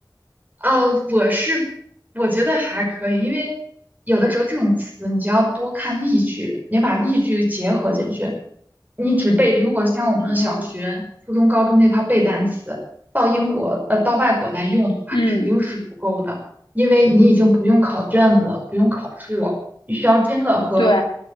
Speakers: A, on the right; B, on the left.
A: 呃，我是我觉得还可以，因为有的时候这种词你就要多看例句，也把例句结合进去。你只背，如果像我们小学、
B: 嗯哼
A: 初中、高中那套背单词，到英国呃到外国来用的话，
B: 嗯，
A: 肯定是不够的，因为你已经不用考卷子了，不用考试了，你需要真的和
B: 对，